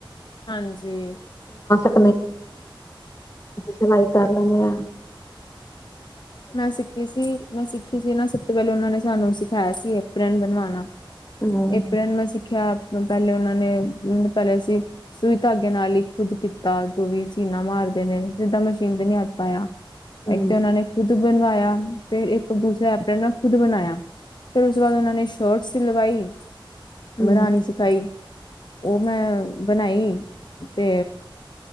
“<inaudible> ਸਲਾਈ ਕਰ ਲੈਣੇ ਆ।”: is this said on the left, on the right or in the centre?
Left